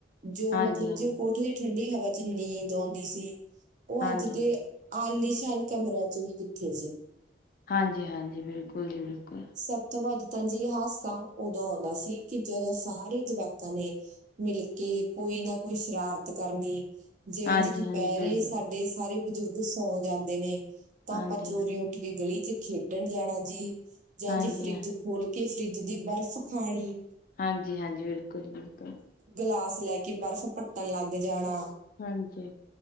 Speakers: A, on the right; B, on the left.
A: ਜੋ
B: ਹਾਂਜੀ-ਹਾਂਜੀ,
A: ਮਤਲਬ ਜੇ ਉਹ ਕੋਠੇ ਠੰਡੀ ਹਵਾ ਚ ਨੀਂਦ ਆਉਂਦੀ ਸੀ ਉਹ
B: ਹਾਂਜੀ।
A: ਅੱਜ ਦੇ ਆਲੀਸ਼ਾਨ ਕਮਰਿਆਂ ਚ ਵੀ ਕਿੱਥੇ ਜੀ,
B: ਹਾਂਜੀ-ਹਾਂਜੀ, ਬਿਲਕੁਲ ਜੀ ਬਿਲਕੁਲ,
A: ਸਭ ਤੋਂ ਵੱਧ ਤਾਂ ਜੀ ਹਾਸਾ ਉਦੋਂ ਆਉਂਦਾ ਸੀ ਕਿ ਜਦੋਂ ਸਾਰੇ ਜਵਾਕਾਂ ਨੇ, ਮਿਲਕੇ ਕੋਈ ਨਾ ਕੋਈ ਸ਼ਰਾਰਤ ਕਰਨੀ ਜਿਵੇਂ
B: ਹਾਂਜੀ-ਹਾਂਜੀ
A: ਜੀ ਦੁਪਹਿਰੇ
B: ਬਿਲਕੁਲ,
A: ਸਾਡੇ ਸਾਰੇ ਬਜ਼ੁਰਗ ਸੌਂ ਜਾਂਦੇ ਨੇ, ਤਾਂ
B: ਹਾਂਜੀ,
A: ਆਪਾਂ ਚੋਰੀਓਂ ਕੀਤੇ ਗਲੀ਼ ਚ ਖੇਡਣ ਜਾਣਾ ਜੀ, ਜਾਂ
B: ਹਾਂਜੀ,
A: ਜੀ ਫ੍ਰੀਜ ਖੋਲ਼ ਕੇ ਫ੍ਰੀਜ ਦੀ ਬਰਫ਼ ਖਾਲੀ਼
B: ਹਾਂਜੀ, ਹਾਂਜੀ ਬਿਲਕੁਲ-ਬਿਲਕੁਲ।
A: ਗਲਾਸ ਲੈ ਕੇ ਬਰਫ਼ ਪੱਟਣ ਲੱਗ ਜਾਣਾ
B: ਹਾਂਜੀ।